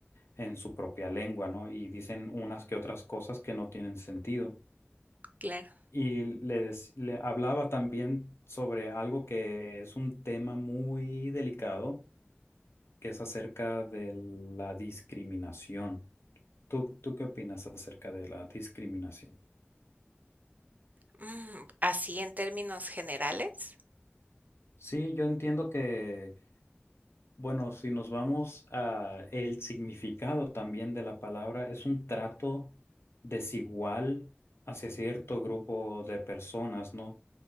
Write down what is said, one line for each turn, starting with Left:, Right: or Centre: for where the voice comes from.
Left: en su propia lengua, ¿no? Y dicen unas que otras cosas que no tienen sentido.
Right: claro.
Left: Y le, dec- le hablaba también sobre algo que es un tema muy delicado que es acerca de la discriminación. ¿Tú, tú qué opinas acerca de la discriminación?
Right: Mm, así en términos generales,
Left: Sí, yo entiendo que, bueno, si nos vamos a el significado también de la palabra, es un trato desigual hacia cierto grupo de personas, ¿no?